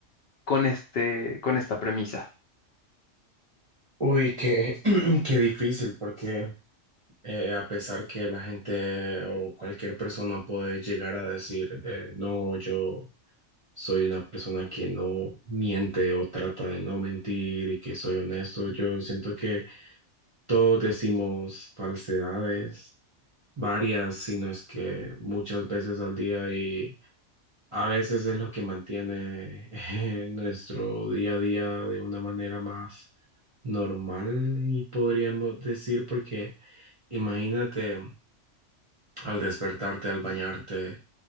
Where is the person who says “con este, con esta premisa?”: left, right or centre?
Left